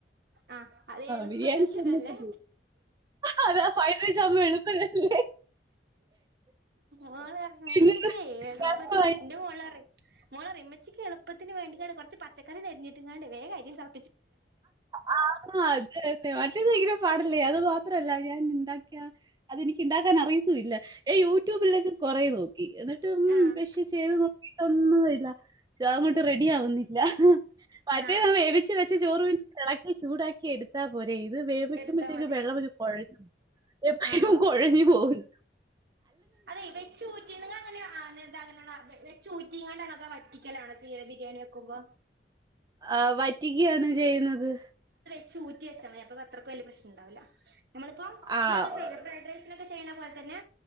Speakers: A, on the right (about 65°); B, on the right (about 25°).
A: ആ അത് എളുപ്പ
B: ബിരിയാണിക്ക്
A: വർഷനല്ലേ
B: വന്നിട്ട് അതാ ഫൈഡ്റൈസാവുമ്പൊ എളുപ്പല്ലേ
A: മോള് ഉമ്മച്ചിക്ക്ഏ
B: പിന്നെ
A: ളുപ്പത്തി
B: രസമായി.
A: ഇന്റമോള് പറി മോള്റം ഇമ്മച്ചിക്ക് എളുപ്പത്തിന് വേണ്ടിട്ടാണ് കൊറച്ച് പച്ചക്കറി അരിഞ്ഞിട്ടിങ്ങാണ്ട് വേഗം അരി തിള
B: ആ അതെ അതെ മറ്റെത് പയ്ങ്കര പാട അല്ലേ അത് മാത്രല്ല ഞാൻണ്ടാക്കിയ അതെനിക്ക് ണ്ടാക്കാൻ അറിയത്തുല്ല യൂട്യൂബിലസം കൊറേ നോക്കി എന്നിട്ട് ഉം
A: ആഹ്
B: പക്ഷെ ചെയ്ത് നോക്കിട്ടൊന്നുംല്ല ദാങ്ങോട്ട് റെഡി ആവുന്നില്ല മറ്റേത
A: ആഹ്
B: വേവിച്ച് വെച്ച് എളക്കി ചൂടാക്കി എടുത്താ പോരെ അ ഇത് വേവിക്കുമ്പോഴത്തേക്ക്
A: എടുത്താ മതി
B: വെള്ളം കുഴഞ്ഞ
A: ആഹ്
B: കുഴഞ്ഞു പോകുന്നു
A: അതെ വെച്ച് ഊറ്റി <unintelligible> ഇങ്ങൾ ആദ്യം വെച്ച് ഉറ്റിങ്ങാടാണോ തോ വറ്റിക്കലാണോ ബിരിയാണി വെക്കുമ്പോ
B: ആ വറ്റിക്യാണ് ചെയ്യുന്നത്
A: വചൂറ്റി വെച്ചൽ മതി അപ്പൊ അത്രക്ക് വലിയ പ്രശ്നം ഉണ്ടാവില്ല നമ്മളിപ്പോ
B: ആഹ്
A: ഇതിനൊക്കെ ചെയ്യ ഫ്രൈഡ് റൈസിനക്കെ ചെയ്യണ പോലെ തന്നെ